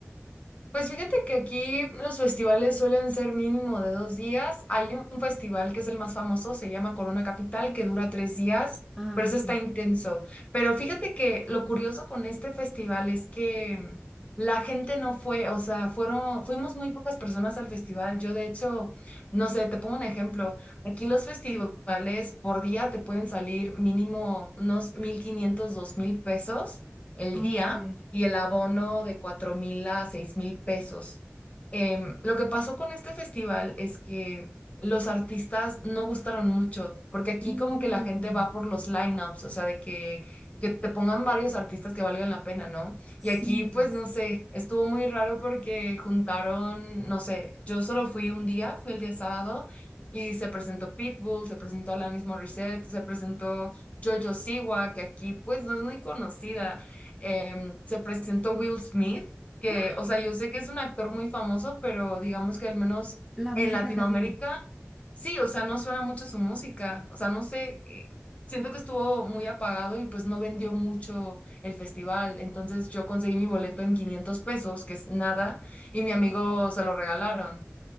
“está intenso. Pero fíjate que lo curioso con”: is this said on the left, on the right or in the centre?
Left